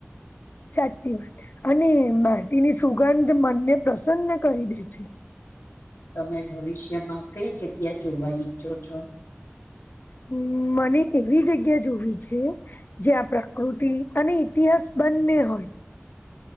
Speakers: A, on the left; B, on the left.
A: સાચી વાત અને માટીની સુગંધ મનને પ્રસન્ન કરી દે છે,
B: તમે ભવિષ્યમાં કઈ જગ્યા જોવા ઈચ્છો છો?
A: હમ્મ મને એવી જગ્યા જોવી છે જ્યાં પ્રકૃતિ અને ઇતિહાસ બંને હોય.